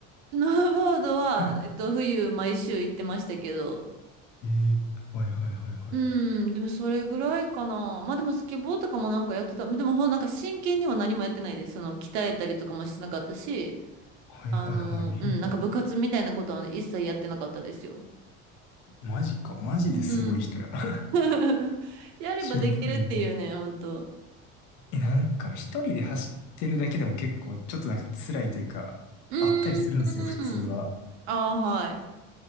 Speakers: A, on the right; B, on the left.
A: スノーボードは、
B: <laughs>
A: えっと、冬毎週行ってましたけど、
B: ええはいはいはいはい。
A: うん、でもそれぐらいかな。まあでもスケボーとかもなんかやってた。でもほんなんか真剣には何もやってないです。その鍛えたりとかもしてなかったし、
B: はいはいはい。
A: あの、うん、なんか部活みたいなことは一切やってなかったですよ。
B: えマジか。マジですごい人や。
A: うん。
B: <laughs>
A: <laughs> やればできるっていうね、
B: シンプルに。
A: ほんと。
B: え、なんかもう一人で走ってるだけでも結構ちょっとなんか辛いというか、
A: うー
B: あったりするんですよ、普通は。
A: ん。ああ、はい。